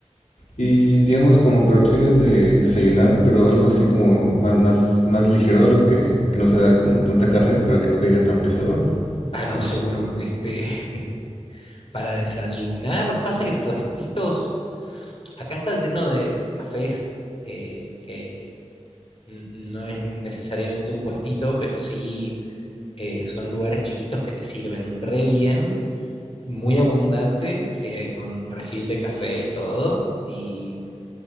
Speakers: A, on the left; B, on the left.
A: Y digamos como para opciones de desayunar, pero algo así como más, más, más ligero, algo que, que no sea como tanta carne para que no caiga tan pesado.
B: Ah, no, seguro, este, <laughs> para desayunar, pasa que puestitos, acá está lleno de, de cafés, eh, que n- no es necesariamente un puestito, pero sí eh, son lugares chiquitos que te sirven re bien, muy abundante, eh, con refil de café y todo. Y,